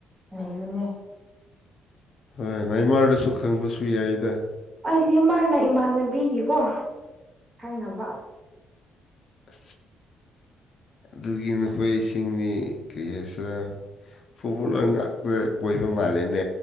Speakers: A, on the right (about 25°); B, on the left (about 55°).
A: ꯂꯩꯕꯅꯦ
B: ꯍꯣꯏ ꯏꯃꯥꯔꯗꯁꯨ ꯈꯪꯕꯁꯨ ꯌꯥꯏꯗ
A: ꯑꯩ ꯅ ꯃꯥꯅ ꯏꯃꯥꯟꯅꯕꯤꯒꯤꯀꯣ ꯊꯪꯅꯕ
B: ꯑ ꯑꯗꯨꯒꯤ ꯅꯈꯣꯏ ꯏꯁꯤꯡꯗꯤ ꯀꯔꯤ ꯍꯥꯏꯁꯤꯔ ꯐꯨꯠꯕꯣꯜꯂꯔ ꯉꯥꯛꯇ ꯀꯣꯏꯕ ꯃꯥꯜꯂꯦꯅꯦ